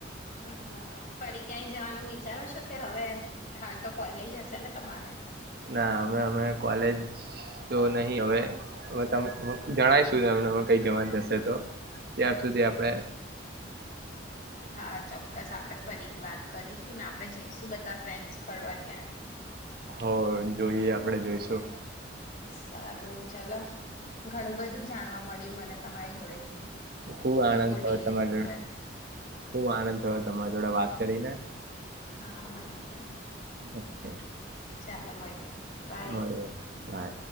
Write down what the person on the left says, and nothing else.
હા ફરી ક્યાંય જવાનું વિચારો છો કે હવે હાલ તો કોલેજ હશે ને તમારે
હા ચોક્કસ આપણે ફરી વાત કરીશું ને આપણે જઈશું બધા ફ્રેન્ડ્સ ફરવા ક્યાંય
સારું ચાલો ઘણું બધું જાણવા મ પડ્યું મને તમારી જોડેથી
ઇકો ટુરિઝમ
પર
હા મને પણ
ચાલો મળીએ બાય